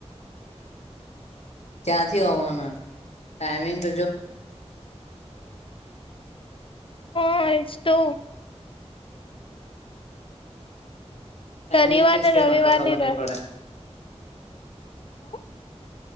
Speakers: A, on the left; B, on the left.
A: ક્યાંથી હોવાના ટાઈમિંગ તો જો
B: હા આજ તો
A: ટાઈમિંગ
B: શનિવાર
A: થી જ
B: ને
A: કે
B: રવિવાર
A: મને તો ખબર
B: ની
A: નહી પડે
B: હું